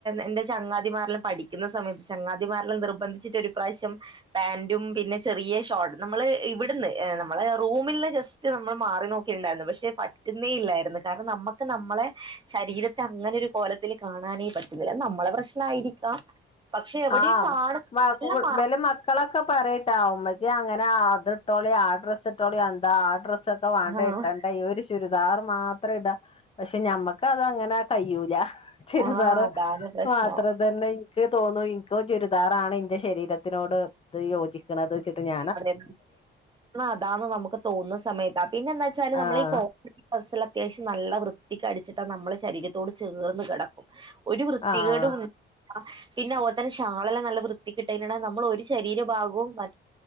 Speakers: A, on the right; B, on the left.
A: എന്റെ ചങ്ങാതിമാരിലും പഠിക്കുന്ന സമയത്ത് ചങ്ങാതിമാരിൽ നിർബന്ധിച്ചിട്ട് ഒരു പ്രാവശ്യം പാന്റും പിന്നെ ചെറിയ ഷോർട്ടും നമ്മള് ഇവിടുന്ന് നമ്മളെ റൂമിൽ നിന്ന് ജസ്റ്റ് നമ്മൾ മാറി നോക്കിയിണ്ടായിരുന്നു പക്ഷെ പറ്റുന്നേ ഇല്ലായിരുന്നു കാരണം നമ്മക്ക് നമ്മളെ ശരീരത്തെ അങ്ങനെ ഒരു കോലത്തിൽ കാണാനേ പറ്റുന്നില്ല നമ്മളെ പ്രശ്ന ളായിരിക്കാം പക്ഷെ എവിടെയും
B: ആഹ്
A: കാണു
B: മ
A: എല്ലാം മറ
B: ഇബലെ മക്കളൊക്കെ പറയയിട്ടാ ഉമ്മച്ചി അങ്ങനെ അത് ഇട്ടോളി ആ ഡ്രസ്സ് ഇട്ടോളി എന്താ ആ ഡ്രസ്സ് ക്കെ വാണ്ടെ
A: ആഹ്
B: ഇട്ടണ്ടെ ഒരിഷ് ചുരിദാർ മാത്രം ഇടാ പക്ഷെ ഞമ്മക്ക് അത് അങ്ങനെ കഴൂല ചുരിതാറ്
A: ആഹ് അതാണ് പ്രശ്നം
B: മാത് അ തന്നെ എനിക്ക് തോന്നു ഇന്ക്ക് ചുരിദാറാണ് എന്റെ ശരീരത്തിനോട്ത് യോജിക്കുന്നത് വെച്ചിട്ട് ഞ
A: അതെ അതാന്ന് നമുക്ക് തോന്നുന്ന സമയത്ത പിന്നെ എന്താ വെച്ചാല് നമ്മളീ
B: ആഹ്
A: കോ ഫസ്സൽ അത്യാവശ്യം നല്ല വൃത്തിക്കടിച്ചിട്ട് നമ്മളെ ശരീരത്തോട് ചേർന്ന് കിടക്കും ഒരു വൃത്തികേടുംല്ല
B: ആഹ്
A: പിന്നെ അതുപോലെ തന്നെ ഷാളെല്ലാം നല്ല വൃത്തി കിട്ട നമ്മൾ ഒരു ശരീരം ആകും മ